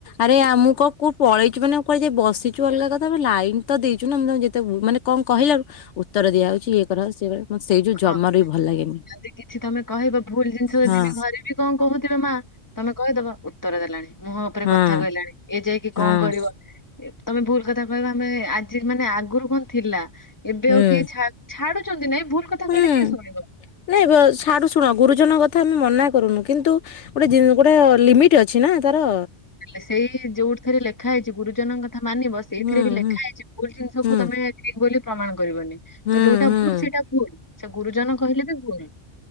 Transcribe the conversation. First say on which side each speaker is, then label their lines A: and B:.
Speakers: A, on the left; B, on the left.
A: ଆରେ ଆ ମୁଁ କ କୁଉ ପଳେଇଛି ମାନେ କୁଆଡେ ଯାଇ ବସିଛୁ ଅଲଗା ଲାଇନ ତ ଦେଇଚୁ ନା ମୁଁ ଯତେ ମାନେ କଣ କହିଲାରୁ ଉତର ଦିଆ ହଉଛି ଇଏ କରାହଉ ସିଏ ମତେ ସେଇ ଯଉ ଜମାରୁ
B: ହଁ
A: ବି ଭଲ ଲାଗେନି।
B: ଯଦି କିଛି ତମେ କହିବ ଭୁଲ ଜିନିଷ ଯଦି
A: ହଁ
B: ବି ଘରେ ବି କଣ କହୁଥିବ ମା ତମେ କହିଦବ ଉତ୍ତର ଦେଲାଣି ମୁହଁ ଉପରେ
A: ହଁ
B: କଥା କହିଲାଣି ଏ ଯାଇକି
A: ହଁ
B: କଣ କରିବ ତମେ ଭୁଲ କଥା କହିବ ଆମେ ଆଜି ମାନେ ଆଗରୁ କଣ ଥିଲା? ଏବେ
A: ହୁଁ।
B: ଆଉ କିଏ ଛାଡୁ- ଛାଡୁଛନ୍ତି ନାଇଁ ଭୁଲ କଥା
A: ହୁଁ
B: କହିଲେ କିଏ ଶୁଣିବ।
A: ନାଇଁ ସାରୁ ଶୁଣ ଗୁରୁଜନଙ୍କ କଥା ଆମେ ମନା କରୁନୁ କିନ୍ତୁ ଗୋଟେ ଜିନି ଗୋଟେ ଲିମିଟ ଅଛି ନା ତାର।
B: ସେଇ ଯୋଉଠି ଥରେ ଲେଖା ହେଇଛି ଗୁରୁଜନଙ୍କ କଥା ମାନିବ। ସେଇଥିରେ
A: ହୁଁ
B: ବି ଲେଖା
A: ହୁଁ
B: ହେଇଛି ଭୁଲ ଜିନିଷକୁୁ
A: ହୁଁ
B: ତମେ ଠିକି ବୋଲି ପ୍ରମାଣ କରିବନି। ତ
A: ହୁଁ
B: ଯୋଉଟା
A: ହୁଁ।
B: ଭୁଲ ସେଇଟା ଭୁଲ ସେ ଗୁରୁଜନ କହିଲେ ବି ଭୁଲ।